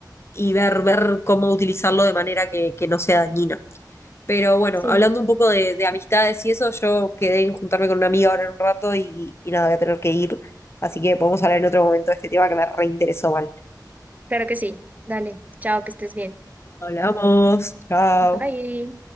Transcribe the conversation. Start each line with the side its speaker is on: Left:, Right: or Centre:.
Left: y ver, ver cómo utilizarlo de manera que, que no sea dañina. Pero bueno,
Right: sí,
Left: hablando un poco de, de amistades y eso, yo quedé en juntarme con una amiga ahora en un rato y, y nada, voy a tener que ir. Así que podemos hablar en otro momento de este tema que me reinteresó mal.
Right: claro que sí. Dale, chao, que estés bien.
Left: Hablamos, chao.
Right: Bye.